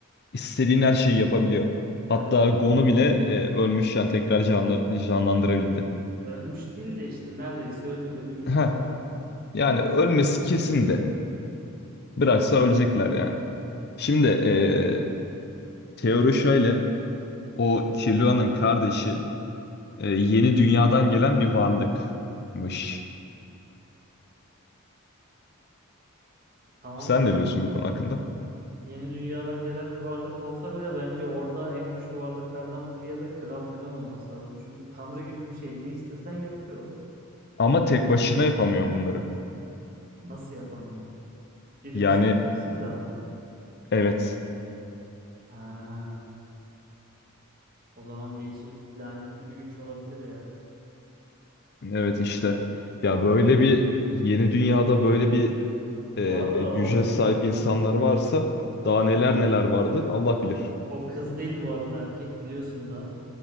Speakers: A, on the left; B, on the right.
A: istediğin her şeyi yapabiliyor.
B: Evet.
A: Hatta Gon'u bile e, ölmüşken tekrar canla- canlandırabildi.
B: Ölmüş değil de işte neredeyse ölü, ölüyken.
A: Heh,
B: Evet.
A: yani ölmesi kesin de. Bıraksa ölecekler yani. Şimdi e, teori şöyle. O Killua'nın kardeşi e, yeni dünyadan gelen bir varlıkmış.
B: Tamam
A: Sen
B: da
A: ne diyorsun bu konu hakkında?
B: yeni dünyadan gelen bir varlık olsa bile bence orada en güçlü varlıklardan biri ya da kral falan olması lazım. Çünkü Tanrı gibi bir şey. Ne istesen yapıyor.
A: Ama tek başına yapamıyor bunları.
B: Nasıl yapamıyor? Birini
A: Yani
B: söylemesi mi lazım?
A: evet,
B: Ha. O zaman değişik lanetli bir güç olabilir ya.
A: evet işte.
B: Ama
A: Ya böyle bir yeni dünyada böyle bir
B: bu arada
A: e, güce
B: o şey
A: sahip insanlar varsa daha neler neler vardır Allah bilir.
B: o kız değil bu arada erkek biliyorsun da.